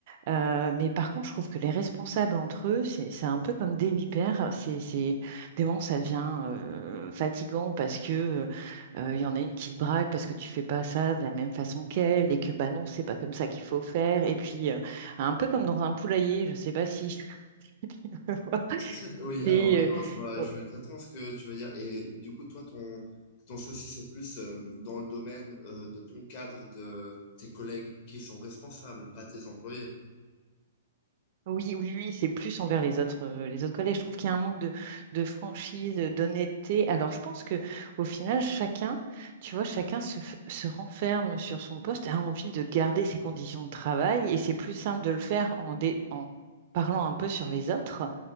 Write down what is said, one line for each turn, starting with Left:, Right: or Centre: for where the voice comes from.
Right: Euh, mais par contre, je trouve que les responsables entre eux, c'est c'est un peu comme des vipères. C'est, c'est, des moments, ça devient euh, fatigant parce que euh, il y en a une qui se braque parce que tu fais pas ça de la même façon qu'elle et que bah non, c'est pas comme ça qu'il faut faire. Et puis euh, un peu comme dans un poulailler, je sais pas si <laughs> tu vois.
Left: <laughs> Oui,
Right: C'est,
Left: alors oui, non, je vois,
Right: euh,
Left: je vois exactement ce que tu veux dire. Et du coup, toi, ton, ton souci, c'est plus euh, dans le domaine euh, de ton cadre, de tes collègues qui sont responsables, pas tes employés.
Right: Oui, oui, oui, c'est plus envers les autres, euh, les autres collègues. Je trouve qu'il y a un manque de, de franchise, euh, d'honnêteté. Alors, je pense que au final, chacun, tu vois, chacun se, f- se renferme sur son poste, a envie de garder ses conditions de travail, et c'est plus simple de le faire en, dé- en parlant un peu sur les autres